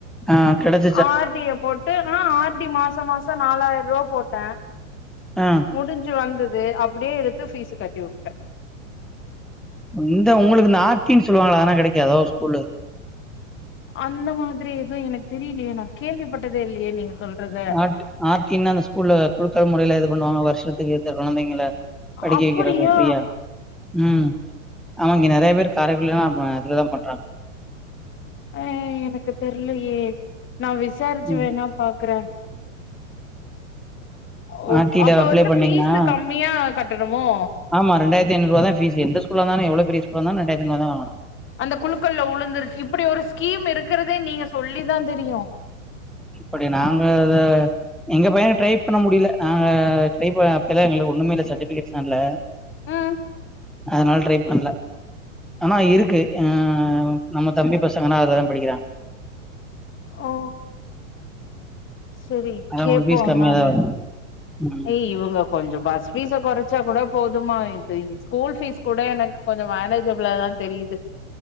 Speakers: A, in the centre; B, on the left.
A: ஆ கெடச்
B: ஆர் டி ய போட்டு ஆனா ஆர் டி மாசொ மாசொ நாலாயிர்வா போட்ட
A: ஆ
B: முடுஞ்சு வந்துது அப்டியே எடுத்து ஃபீஸ் கட்டி உ
A: இங்க உங்களுக்கு இந்த ஆர்தின்னு சொல்லுவாங்கள அதானா கெடைக்காதோ ஸ்கூல்லு
B: அந்த மாதுரி எதுவு எனக்கு தெரியிலயே நா கேள்விப்பட்டதே இல்லையே நீங்க சொல்றது
A: ஆ ஆர்டின இந்த ஸ்கூல்ல குழுக்கல் மொறைல இது பண்ணுவாங்க வர்ஷத்துக்கு இத்ன கொழந்தைங்கள படிக்க
B: அப்படியா
A: வெக்கிறது ஃப்ரீயா ம் ஆமா இங்கெ நெறைய பேரு காரைக்குடில்லா <unintelligible> பண்றாங்க
B: அ எனக்கு தெர்லயே நா விசாரிச்சு
A: ம்
B: வேணா பாக்குறே ஒ
A: ஆர்டில
B: அப்ப
A: அப்ளை
B: வந்து
A: பண்ணீங்கன்னா
B: ஃபீஸ்ஸு கம்மியா கட்டணுமோ
A: ஆமா ரெண்டாயிரத்தி ஐநூறுவாதா ஃபீஸ்ஸே எந்த ஸ்கூல்லா இந்தாலு எவ்ளோ பெரிய ஸ்கூல்லா இருந்தாலு ரெண்டாயிரத்தி ஐநூறுவதா வாங்கனு
B: அந்த குழுக்கள்ல உளுந்துரு இப்டி ஒரு ஸ்கீம் இருக்கிறதே நீங்க சொல்லி தா தெரியு
A: இப்புடி நாங்க இத எங்க பையன ட்ரை பண்ண முடியல நாங்க ட்ரை ப எதோ எங்களுக்கு ஒன்னுமே இல்ல சட்டுஃபிகேட்ஸ்னா இல்ல
B: ம்
A: அதுனால ட்ரை பண்ணல ஆனா இருக்கு அ நம்ம தம்பி பசங்கன்னா அதுலதா படிக்கிறாங்
B: ஓ செரி
A: அதா
B: கேப்போ
A: உங்களுக்கு ஃபீஸ் கம்மியாதா
B: நானு
A: வரு ம்
B: ஏய் இவுங்க கொஞ்சொ பஸ் ஃபீஸ கொறச்சா கூட போதுமா இது ஸ்கூல் ஃபீஸ் கூட எனக்கு கொஞ்சொ மேனேஜபிளா தா தெரியுது